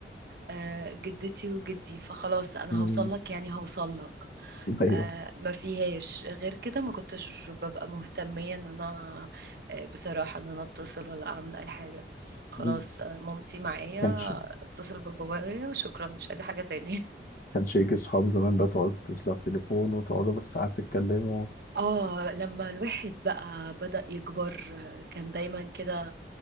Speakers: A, on the right (about 55°); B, on the left (about 50°).
A: آه، جدتي وجدي فخلاص انا
B: مم.
A: هوصل لك يعني هوصل لك
B: ايوه
A: آه، ما فيهاش غير كده ما كنتش ببقى مهتمية ان انا آه، بصراحة ان انا اتصل ولا اعمل اي حاجة خلاص
B: مم.
A: آه، مامتي معايا
B: كانش
A: اتصل ببابايا شكرا مش عايزة حاجة تاني <laughs>
B: كانش يجي صحاب زمان بقى تقعد تتصل على التليفون وتقعدوا بالساعات تتكلموا
A: اه لما الواحد بقى بدأ يكبر آه، كان دايما كده